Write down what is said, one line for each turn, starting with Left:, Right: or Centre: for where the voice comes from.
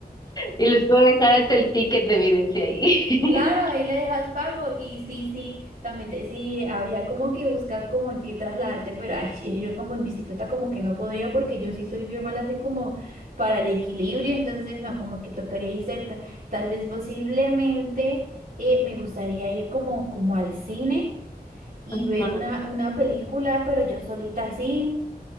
Left: Y les puedo dejar hasta el ticket de evidencia ahí.
Right: Claro, ahí le dejas pago y sí, sí, también te- sí, habría como que buscar como en qué trasladarte, pero ay, sí, yo como en bicicleta como que no podría porque yo sí soy bien mala así como para el equilibrio, entonces no, como que tocaría ahí cerca. Tal vez posiblemente eh, me gustaría ir como, como al cine y
Left: <laughs>
Right: ver
Left: Ajá.
Right: una, una película, pero yo solita así.